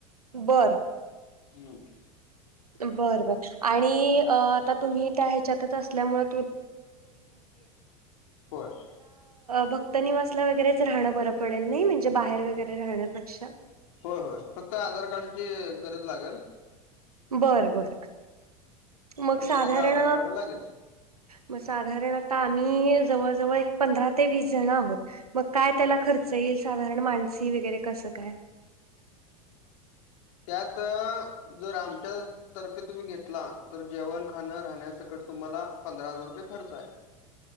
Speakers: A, on the right; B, on the left.
A: बरं
B: हम्
A: बर बर आणि आता तुम्ही त्या ल्याय मा
B: होय
A: भक्तनवासला वगरेच राहणं बरं पडेल नाही म्हणजे बाहेर वगैरे राहण्यापेक्षा
B: होय होय फक्त आधार कार्डची गरज लागेल
A: बर बर मग
B: प्रत्येकाच
A: साधारण
B: आधार कार्ड लागेल
A: मग साधारण आता आम्ही जवळ जवळ एक पंधरा ते वीस जण आहोत. मग काय
B: बर
A: त्याला खर्च येईल साधारण माणस वगैरे कसं काय?
B: त्यात जर आमच्या तर्फे तुम्ही घेतला तर जेवण खाणं राहण्या सकट तुम्हाला पंधरा हजार रुपये खर्च आहे.